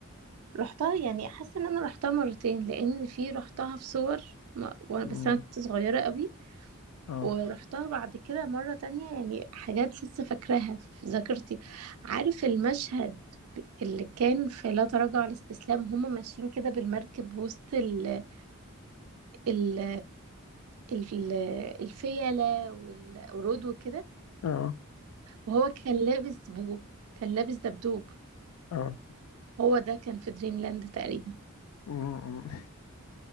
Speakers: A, on the right; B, on the left.
A: رحتها يعني حاسه ان انا رحتها مرتين لان في رحتها في صور ما- وأنا-
B: مم.
A: بس انا كنت صغيره قوي
B: آه
A: ورحتها بعد كده مره تانية يعني حاجات لسه فاكراها في ذاكرتي عارف المشهد اللي كان في لا تراجع على الاستسلام هما ماشيين كده بالمركب وسط ال ال ال الفيلة والقرود وكده
B: آه
A: وهو كان لابس بو كان لابس دبدوب
B: آه
A: هو ده كان في دريم لاند تقريبا
B: مم.